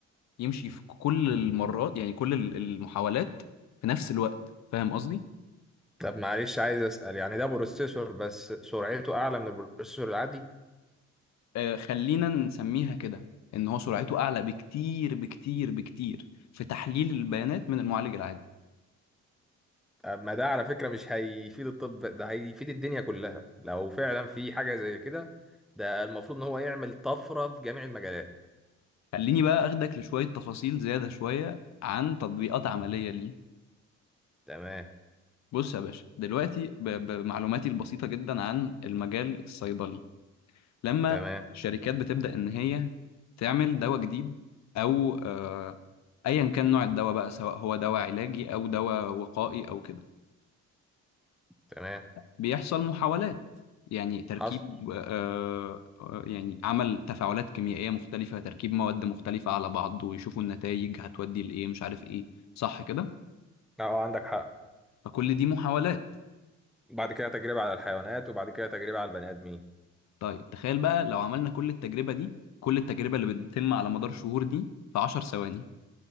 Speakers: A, on the left; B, in the centre.
A: يمشي في كل المرات يعني كل ال- المحاولات في نفس الوقت فاهم قصدي؟
B: طب معلش عايز اسال يعني ده بروسيسور بس سرعته اعلى من البروسيسور العادي
A: آه خلينا نسميها كده ان هو سرعته اعلى بكتير بكتير بكتير في تحليل البيانات من المعالج العادي
B: طب ما ده على فكرة مش هيفيد الطب ده هيفيد الدنيا كلها لو فعلا في حاجة زي كده ده المفروض ان هو يعمل طفرة في جميع المجالات
A: خليني بقى اخدك لشوية تفاصيل زيادة شوية عن تطبيقات عملية ليه
B: تمام
A: بص يا باشا دلوقتي ب- بمعلوماتي البسيطة جدا عن المجال الصيدلي لما
B: تمام
A: الشركات بتبدأ إن هي تعمل دواء جديد أو آه، أيا كان نوع الدواء بقى سواء هو دواء علاجي أو دواء وقائي أو كده
B: تمام
A: فبيحصل محاولات يعني تركيب
B: حصل
A: آه، آه، يعني عمل تفاعلات كيميائية مختلفة تركيب مواد مختلفة على بعض ويشوفوا النتائج هتودي لإيه مش عارف إيه صح كده
B: اه عندك حق
A: فكل دي محاولات
B: بعد كده تجربة على الحيوانات وبعد كده تجربة على البني آدمين
A: طيب تخيل بقى لو عملنا كل التجربة دي كل التجربة اللي بتتم على مدار شهور دي في 10 ثواني